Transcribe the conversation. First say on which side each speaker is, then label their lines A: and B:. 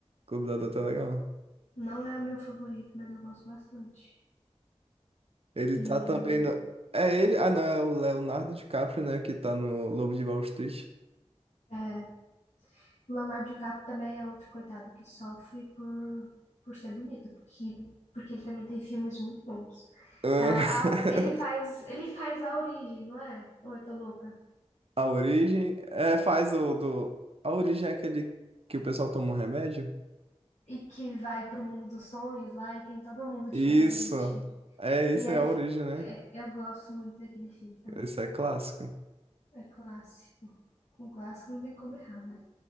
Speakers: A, on the right (about 60°); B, on the left (about 90°).
A: Clube da Luta é legal.
B: Não é o meu favorito, mas eu gosto bastante.
A: Ele
B: E.
A: tá também no. É ele. Ah, não, é o Leonardo DiCaprio, né? Que tá no Lobo de Wall Street.
B: É, o Leonardo DiCaprio também é outro coitado que sofre por, por ser bonito, porque, porque ele também tem filmes muito bons.
A: Ah,
B: A- a- ele faz, ele faz a origem, não é? Ou eu tô louca?
A: <laughs> A origem. É, faz o do. A origem é aquele que o pessoal toma um remédio?
B: E que vai pro mundo dos sonhos lá e tem todo mundo
A: Isso.
B: diferente.
A: É, isso
B: E ele,
A: é a origem, né?
B: é- eu gosto muito daquele filme também.
A: Isso é clássico.
B: É clássico. Com clássico não tem como errar, né?